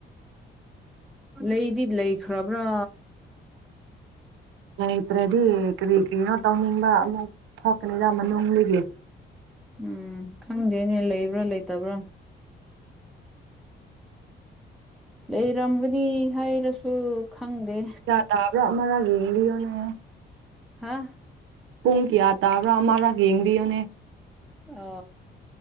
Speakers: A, in the centre; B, on the right.
A: ꯂꯩꯗꯤ ꯂꯩꯈ꯭ꯔꯕ꯭ꯔꯥ
B: ꯂꯩꯇ꯭ꯔꯗꯤ ꯀꯔꯤ ꯀꯔꯤꯅꯣ ꯇꯧꯅꯤꯡꯕ ꯑꯃꯨꯛ ꯊꯣꯛꯀꯅꯤꯗ ꯃꯅꯨꯡꯗꯨꯒꯤ
A: ꯎꯝ ꯈꯪꯗꯦꯅꯦ ꯂꯩꯕ꯭ꯔꯥ ꯂꯩꯇꯕ꯭ꯔꯥ ꯂꯩꯔꯝꯒꯅꯤ ꯍꯥꯏꯔꯁꯨ ꯈꯪꯗꯦ
B: ꯇꯕ꯭ꯔ ꯑꯃ ꯌꯦꯡꯂꯤꯑꯣꯅꯦ
A: ꯍꯥꯥ
B: ꯄꯨꯡ ꯀꯌꯥ ꯇꯥꯕ꯭ꯔꯥ ꯑꯃꯔꯛ ꯌꯦꯡꯕꯤꯌꯨꯅꯦ
A: ꯑ